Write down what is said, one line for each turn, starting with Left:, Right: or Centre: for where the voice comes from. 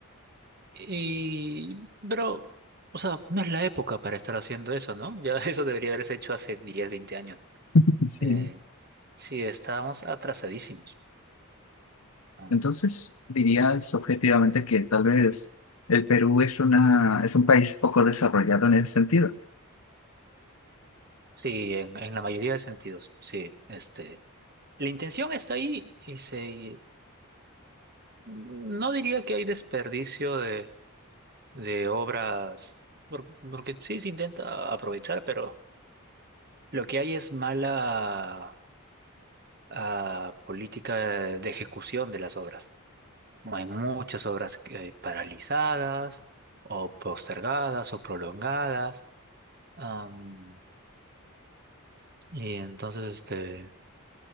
Right: Y, pero, o sea, no es la época para estar haciendo eso, ¿no? Ya <laughs> eso debería haberse hecho hace 10 20 años.
Left: <laughs> Sí.
Right: Eh, sí, estábamos atrasadísimos. Ah,
Left: Entonces, dirías objetivamente que tal vez el Perú es una, es un país poco desarrollado en ese sentido.
Right: Sí, en, en la mayoría de sentidos, sí. Este, la intención está ahí y se, no diría que hay desperdicio de, de obras, por- porque sí se intenta aprovechar, pero... Lo que hay es mala ah, política de ejecución de las obras. No Hay muchas obras que- paralizadas o postergadas o prolongadas. am, y entonces, este,